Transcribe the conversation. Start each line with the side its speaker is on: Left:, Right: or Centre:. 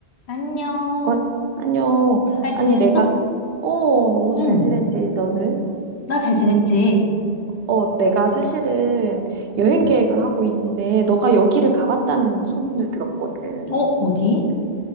Left: 안녕.
Right: 어, 안녕.
Left: 잘
Right: 아니,
Left: 지냈어?
Right: 내가, 어, 너무
Left: 응,
Right: 잘 지냈지, 너는?
Left: 나 잘 지냈지.
Right: 어, 내가 사실은 여행 계획을 하고 있는데, 너가 여기를 가봤다는 소문을 들었거든.
Left: 어, 어디?